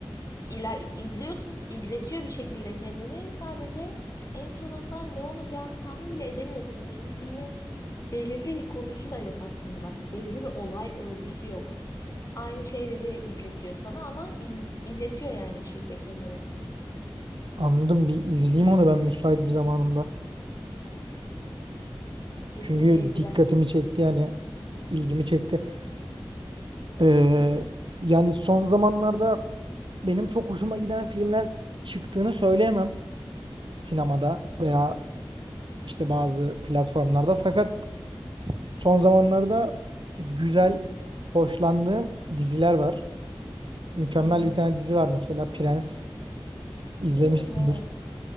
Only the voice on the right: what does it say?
Anladım bir izleyeyim onu ben müsait bir zamanımda.
Çünkü
dikkatimi çekti yani ilgimi çekti. Ee, yani son zamanlarda benim çok hoşuma giden filmler çıktığını söyleyemem sinemada veya işte bazı platformlarda. Fakat son zamanlarda güzel, hoşlandığım diziler var. Mükemmel
bir tane dizi var mesela Prens izlemişsindir.